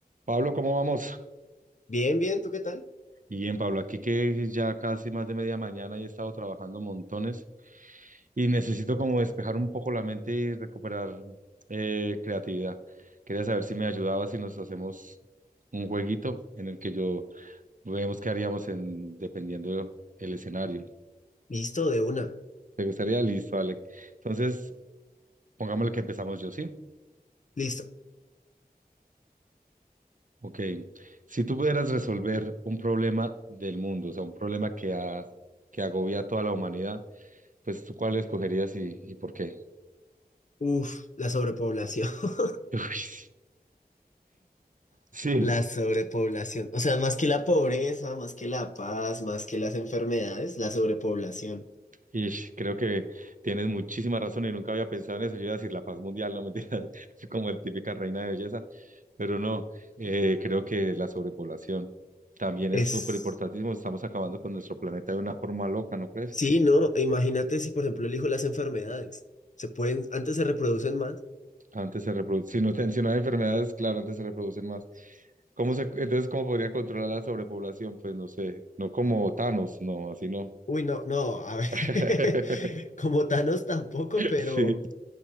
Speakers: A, on the right; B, on the left.
A: Pablo, ¿cómo vamos?
B: Bien, bien, ¿tú qué tal?
A: Bien, Pablo, aquí que ya casi más de media mañana y he estado trabajando montones y necesito como despejar un poco la mente y recuperar eh, creatividad. Quería saber si me ayudaba si nos hacemos un jueguito en el que yo veamos qué haríamos en, dependiendo el escenario.
B: Listo, de una.
A: ¿Te gustaría? Listo, vale. Entonces, pongámosle que empezamos yo, ¿sí?
B: Listo.
A: Ok. Si tú pudieras resolver un problema del mundo, o sea, un problema que, a- que agobia a toda la humanidad, Pues tú cuál escogerías y, y por qué.
B: Uf, la sobrepoblación. <laughs>
A: <laughs> Uy, sí,
B: La sobrepoblación. O sea, más que la pobreza, más que la paz, más que las enfermedades, la sobrepoblación.
A: y creo que tienes muchísima razón y nunca había pensado en eso. Yo iba a decir la paz mundial, no mentiras, <laughs> soy como el típica reina de belleza, pero no, eh, creo que la sobrepoblación también
B: Es...
A: es súper importantísimo. Estamos acabando con nuestro planeta de una forma loca, ¿no crees?
B: Sí, no, e imagínate si, por ejemplo, elijo las enfermedades. Se pueden, antes se reproducen más.
A: Antes se reproduce, si no, te- si no hay enfermedades, claro, antes se reproducen más. ¿Cómo se, entonces, ¿cómo podría controlar la sobrepoblación? Pues no sé, no como Thanos, no, así no.
B: Uy, no, no, a ver.
A: <laughs>
B: <laughs> Como Thanos tampoco, pero...
A: Sí.